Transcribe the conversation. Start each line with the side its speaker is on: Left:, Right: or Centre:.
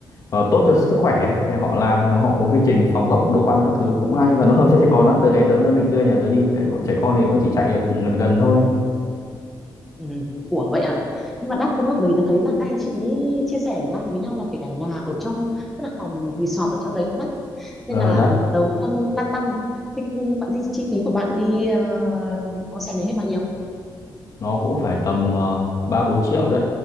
Left: ờ, tốt cho sức khỏe ấy. Thì họ làm họ có quy trình phòng ốc đồ ăn các thứ cũng hay và nó hợp cho trẻ con đó đợt này tớ cũng đang định đưa nhà tớ đi tại bọn trẻ con thì nó chỉ chạy được gần gần thôi
Centre: Ừ. Ủa vậy à? Nhưng mà đắt đúng không? Bởi vì tôi thấy là các anh chị chia sẻ lại với nhau là kể cả nhà ở trong tức là phòng resort ở trong đấy cũng đắt. Nên
Left: ờ
Centre: là
Left: đắt
Centre: tớ cũng đang lăn tăn. Thì bạn di- chi phí của bạn đi uh, onsen này hết bao nhiêu?
Left: nó cũng phải tầm ờ, ba bốn triệu đấy